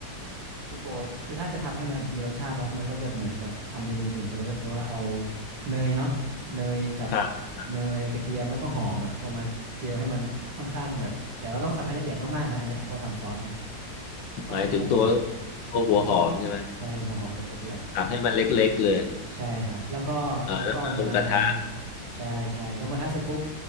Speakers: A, on the right; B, on the left.
A: คือโปรคือถ้าจะทำให้มันมีรสชาติเนาะมันก็จะเหมือนกับทำเมนูอื่นก็เลยก็คือว่าเอาเนยเนาะเนยกับ
B: ครับ
A: เนยกระเทียมแล้วก็หอมอะเอามาเจียวให้มันค่อนข้างแบบแต่เราต้องสับให้ละเอียดมากๆนะอันเนี้ยเพอทำซอสเนาะค่อนข้างละเอียด
B: หมายถึงตัวตัวหัวหอมใช่ไหม
A: อ๋อใช่หัวหอมกับกระเทียม
B: สับให้มันเล็กๆเลย
A: ใช่ครับแล้วก็แล้วก็เอามา
B: เออแล้วก็ลงกระทะ
A: ใช่ใช่ลงกระทะเสร็จปุ๊บ